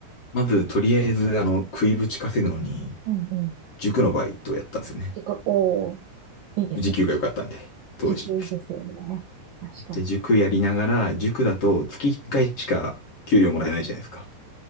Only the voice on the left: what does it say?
まず、とりあえず、あの、食いぶち稼ぐのに、
塾のバイトをやったんですよね。
時給が良かったんで、当時。
で、塾やりながら、塾だと月1回しか給料もらえないじゃないですか。